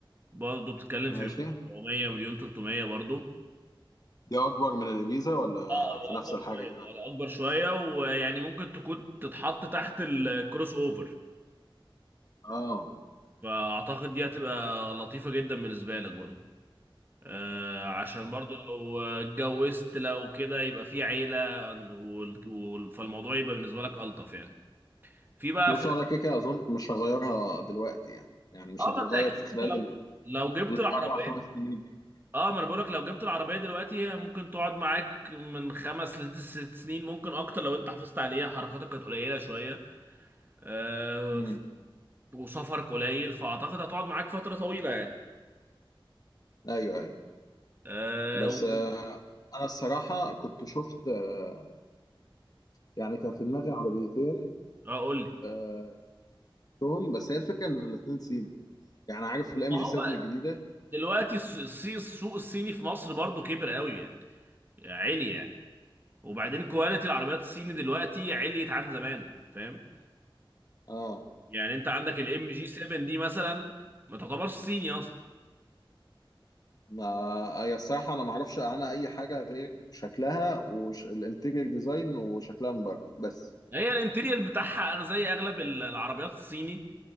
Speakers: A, on the right (about 25°); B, on the left (about 45°).
A: برضو بتتكلم
B: ماشي
A: في مليون 700 مليون 300 برضو
B: دي اكبر من الابيزا ولا
A: اه هو
B: في نفس
A: اكبر
B: الحاجه
A: شويه
B: كده
A: هو اكبر شويه ويعني ممكن تكون تتحط تحت الكروس اوفر
B: اه
A: فاعتقد دي هتبقى لطيفه جدا بالنسبه لك برضو آه عشان برضو لو اتجوزت لو كده يبقى في عيله وال- وال- فالموضوع يبقى بالنسبه لك الطف يعني في بقى
B: بص
A: في
B: انا كده كده اظن مش هغيرها دلوقتي يعني يعني مش
A: اه
B: هتتغير
A: ما انت اكيد
B: في خلال
A: انت لو
B: ال-
A: لو جبت
B: الاربع
A: العربيه
B: خمس سنين الجايين
A: اه ما انا بقولك لو جبت العربيه دلوقتي هي ممكن تقعد معاك من خمس لست سنين ممكن اكتر لو انت حافظت عليها حركاتك كانت قليله شويه آه،
B: امم
A: وسفرك قليل فاعتقد هتقعد معاك فتره طويله يعني
B: ايوه ايوه
A: أه
B: بس
A: و-
B: آه، انا الصراحه كنت شفت آه، يعني كان في دماغي عربيتين
A: آه، قول لي
B: آه، توم بس هي الفكره ان الاثنين صيني يعني عارف الام
A: ما
B: جي
A: هو
B: 7 الجديده
A: دلوقتي الس- الس- السوق الصيني في مصر برضو كبر قوي يعني عالي يعني وبعدين كواليتي العربيات الصيني دلوقتي عليت عن زمان فاهم
B: اه
A: يعني انت عندك الام جي 7 دي مثلا ما تعتبرش صيني اصلا
B: ما هي الصراحه انا ما اعرفش عنها اي حاجه غير شكلها والانتيريور ديزاين وشكلها من بره بس
A: هي الانتيرير بتاعها أغ- زي اغلب ال- العربيات الصيني